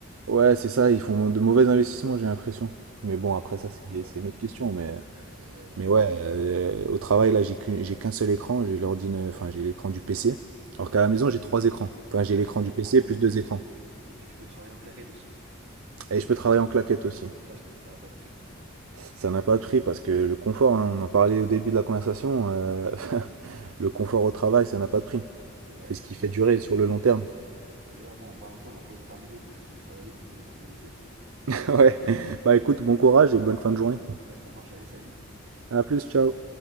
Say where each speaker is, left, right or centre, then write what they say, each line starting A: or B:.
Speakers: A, on the right; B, on the right.
A: Ouais, c'est ça, ils font de mauvais investissements, j'ai l'impression. Mais bon,
B: Ok,
A: après
B: ouais,
A: ça, c'est c'est
B: ouais,
A: une autre question. Mais,
B: ouais.
A: mais ouais, euh, au travail, là, j'ai qu'une- j'ai qu'un seul écran, j'ai l'ordinateur, enfin, j'ai l'écran du PC. Alors
B: Ouais,
A: qu'à la maison, j'ai trois écrans. Enfin,
B: Ouais,
A: j'ai l'écran
B: je peux
A: du
B: comprendre.
A: PC plus deux écrans.
B: Et puis tu peux travailler en claquette aussi.
A: Et je peux travailler en claquette aussi.
B: Ça, je trouve que ça n'a pas de prix.
A: Ça n'a pas de prix parce que le confort, hein, on en parlait au début de la conversation, euh, <laughs> le confort au travail, ça n'a pas de prix.
B: C'est vrai,
A: C'est ce
B: c'est
A: qui fait
B: ça.
A: durer sur le long terme.
B: Ouais. D'ailleurs, bon, en parlant de ça, ma pause est terminée, il faut que je retourne travailler, donc je vais devoir te laisser.
A: <laughs> Ouais. Bah écoute, bon courage et bonne fin de journée.
B: Ouais, ça marche, allez, salut.
A: À plus, ciao.